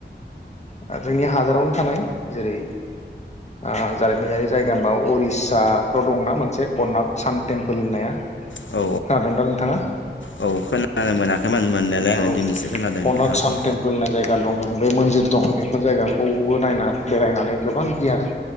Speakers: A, on the left (about 35°); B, on the left (about 85°).
A: ओ जोंनि हादरावनो थानाय जेरै ओ जारिमिनारि जायगा हबा उरिस्साफ्राव दंना मोनसे कर्नाक सान टेम्पोल होननाया खोनादोंदा
B: औ
A: नोंथांङा
B: औ खोनानो मोनाखैमोन मोननायलाय आंङो
A: औ
B: दिनैसो खोनादों
A: कनक
B: नथाङा बुं
A: सान टेम्पोल होननाय जायगा दं बे मोनजि दं बेफोर जायगाखौबो नायना बेरायनानै गोबां गियान